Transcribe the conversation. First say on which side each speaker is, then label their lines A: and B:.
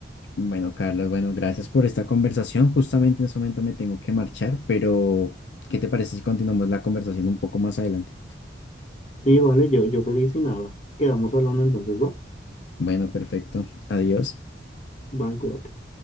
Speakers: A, on the left; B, on the left.
A: Bueno, Carlos, bueno, gracias por esta conversación. Justamente en este momento me tengo que marchar, pero ¿qué te parece si continuamos la conversación un poco más adelante?
B: Sí, vale, yo, yo feliz y nada. Quedamos hablando entonces, va.
A: Bueno, perfecto. Adiós.
B: Bye, cuídate.